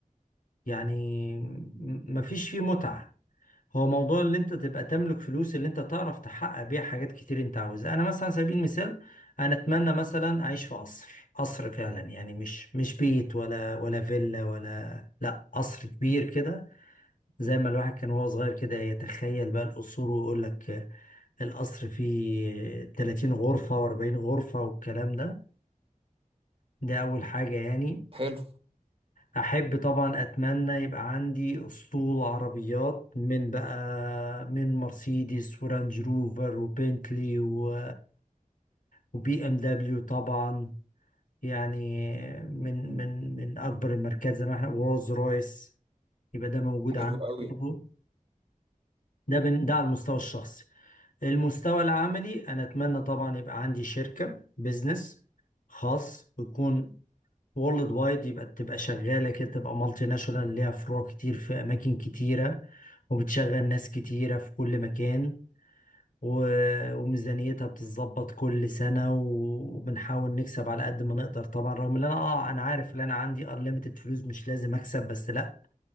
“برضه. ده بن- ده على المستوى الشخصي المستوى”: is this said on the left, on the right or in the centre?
Left